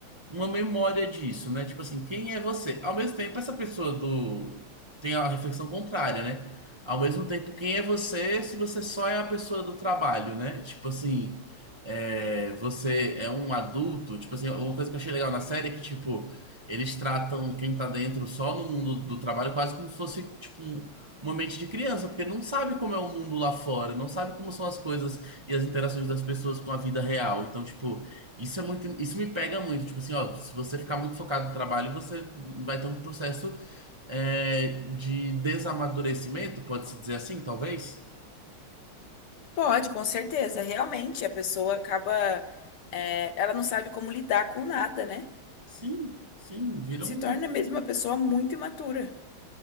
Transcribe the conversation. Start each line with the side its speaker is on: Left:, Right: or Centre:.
Right: uma memória disso, né? Tipo assim, quem é você? Ao mesmo tempo, essa pessoa do tem a reflexão contrária, né? Ao mesmo tempo, quem é você se você só é a pessoa do trabalho, né? Tipo assim, é, você é um adulto. Tipo assim, uma coisa que eu achei legal na série é que, tipo, eles tratam quem tá dentro só no mundo do trabalho quase como se fosse, tipo, um- uma mente de criança, porque não sabe como é o mundo lá fora, não sabe como são as coisas e as interações das pessoas com a vida real. Então, tipo, isso é muito, isso me pega muito, tipo assim, ó, se você ficar muito focado no trabalho, você vai ter um processo é, de desamadurecimento, pode-se dizer assim, talvez?
Left: Pode, com certeza. Realmente, a pessoa acaba. é, ela não sabe como lidar com nada, né?
Right: Sim, sim, viram,
Left: Se torna mesmo uma pessoa muito imatura.